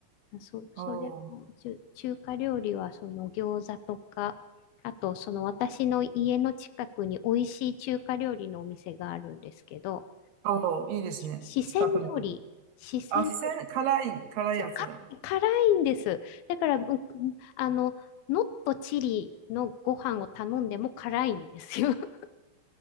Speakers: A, on the left; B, on the right.
A: そ、それも中、
B: おー、
A: 中華料理はその餃子とか、あとその私の家の近くに美味しい中華料理のお店があるんですけど、
B: おー、いいですね。
A: 四川料理、
B: 近くにある。
A: 四川料理、
B: あ、四川、辛い、辛いやつだ。
A: そう、辛い、辛いんです。だから、うんあの、ノットチリのご飯を頼んでも辛いんですよ。<laughs>